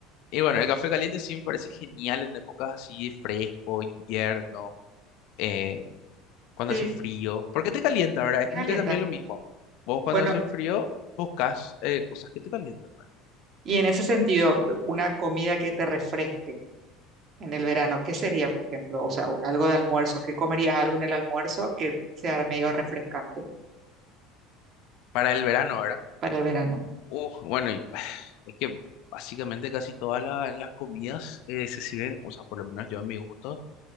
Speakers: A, on the left (about 55°); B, on the right (about 40°).
A: Y bueno, el café caliente sí me parece genial en épocas así de fresco, invierno, eh, cuando
B: Sí,
A: hace frío. Porque te calienta, ¿verdad? Es
B: caliente.
A: como que también lo mismo. Vos cuando
B: Bueno,
A: hace frío buscas eh, cosas que te calientan.
B: y en ese sentido, una comida que te refresque en el verano, ¿qué sería, por ejemplo? O sea, un- algo de almuerzo, ¿qué comerías algo en el almuerzo que sea medio refrescante
A: Para el verano, ¿verdad?
B: para el verano?
A: Uh, bueno, y <sighs> es que básicamente casi todas la- las comidas eh, se sirven, o sea, por lo menos yo en mis gustos,